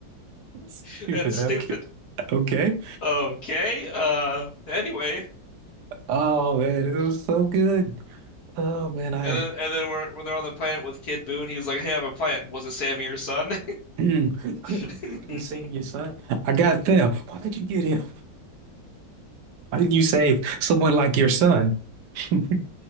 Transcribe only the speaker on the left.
<laughs> That's stupid.
Okay. Uh. Anyway, and
then and then we're, when they're on the planet with Kid Boo, and he's like, "Hey, I have a plan. Was it saving your son?
<laughs>